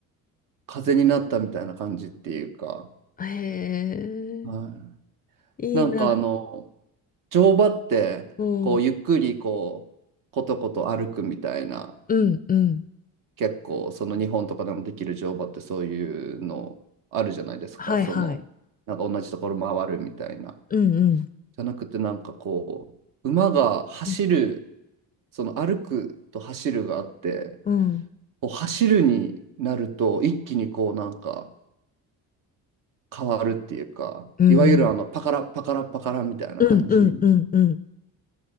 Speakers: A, on the right; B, on the left.
A: 風になったみたいな感じっていうか、
B: へえ、
A: は
B: いいな。
A: い、なんかあの、乗馬ってこうゆっくりこう、
B: うん、
A: ことこと歩くみたいな。
B: うん、うん。
A: 結構その日本とかでもできる乗馬ってそういうのあるじゃないですか。
B: はい、
A: そのなんか同じところ回るみたいな。
B: はい。うん、うん、
A: じゃなくてなんかこう馬が走る
B: うん、
A: その歩くと走るがあって
B: うん、
A: こう走るになると一気にこうなんか変わるっていうかいわゆるあのパカラパカラパカラみたいな感じ。
B: うん、うん、うん、うん。う